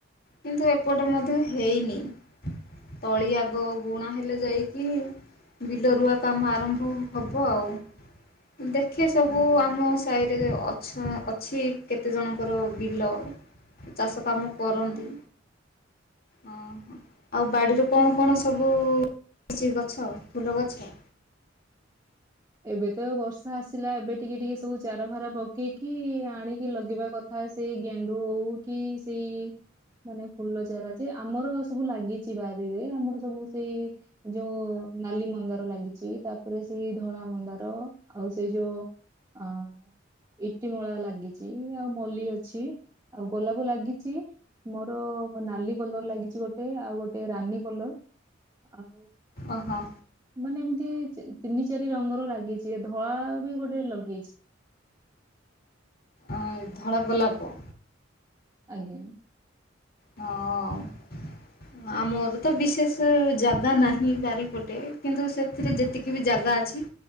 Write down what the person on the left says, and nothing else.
କିନ୍ତୁ ଏପଟେ ମଧ୍ୟ ହେଇନି। ତଳି ଆଗ ବୁଣା ହେଲେ ଯାଇକି ବିଲରୁଆ କାମ ଆରମ୍ଭ ହବ ଆଉ। ଦେଖେ ସବୁ
ଆମ ସା <unintelligible> ଅଛୁଁ ଅଛି କେତେ ଜଣଙ୍କର ବିଲ ଚାଷ କାମ କରନ୍ତି।
ହଁ ଓହୋ! ଆଉ ବାଡ଼ିରେ କଣ କଣ ସବୁ ଅଛି, ଗଛ ଫୁଲ ଗଛ?
ଅ ହ।
ଅଁ ଧଳା ଗୋଲାପ।
ହଁ। ଆମର ତ ବିଶେଷ ଜାଗା ନାହିଁ ବାରିପଟେ। କିନ୍ତୁ ସେଥିରେ ଯେତିକି ବି ଜାଗା ଅଛି।